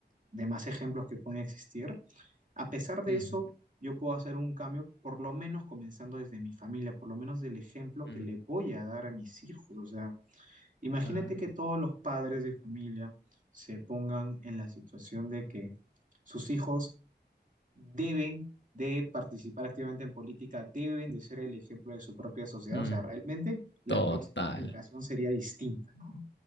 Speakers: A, on the right; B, on the left.
A: demás ejemplos que pueden existir. A pesar de
B: Ujú,
A: eso, yo puedo hacer un cambio, por lo menos comenzando desde mi familia, por lo menos del ejemplo
B: mm,
A: que le voy a dar a mis hijos. O sea, imagínate
B: claro.
A: que todos los padres de familia se pongan en la situación de que sus hijos deben de participar activamente en política, deben de ser el ejemplo de su propia sociedad.
B: Mm,
A: O sea, realmente la
B: total.
A: próxima generación sería distinta, ¿no?